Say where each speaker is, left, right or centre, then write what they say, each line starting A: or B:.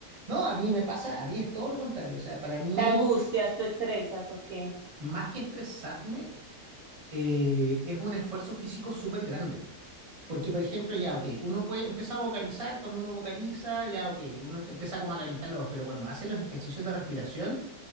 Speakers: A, on the right; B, on the right.
A: no, a mí me pasa, a mí es todo lo contrario. O sea, para mí,
B: ¿Te angustias, te estresas o qué?
A: más que estresarme, eh, es un esfuerzo físico súper grande. Porque, por ejemplo, ya, ok, uno puede empezar a vocalizar, cuando uno vocaliza, ya, ok, uno em- empieza como a calentar la voz, pero cuando hace los ejercicios de respiración,